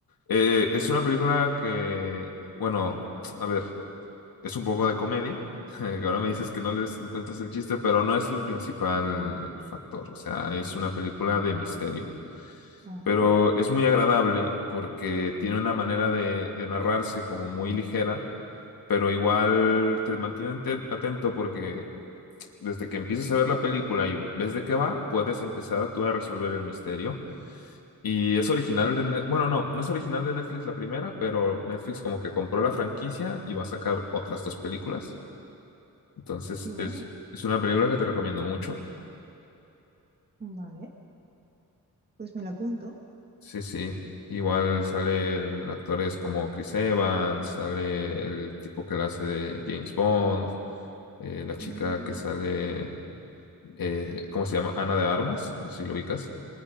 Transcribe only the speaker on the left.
Eh, es una película que, bueno, a ver, es un poco de comedia. <laughs> que Ahora me dices que no les encuentras el chiste, pero no es el principal factor. O sea, es una película de misterio.
Pero es muy agradable porque tiene una manera de de narrarse como muy ligera pero igual te mantiene te- atento porque desde que empiezas a ver la película y ves de qué va, puedes empezar tú a resolver el misterio. Y es original de, Net- bueno, no, no es original de Netflix la primera, pero Netflix como que compró la franquicia y va a sacar otras dos películas. Entonces
es, es una película que te recomiendo mucho.
Sí, sí. Igual salen actores como Chris Evans, sale el tipo que la hace de James Bond, eh, la chica
que sale, eh, ¿cómo se llama? Ana de Armas, no sé si lo ubicas.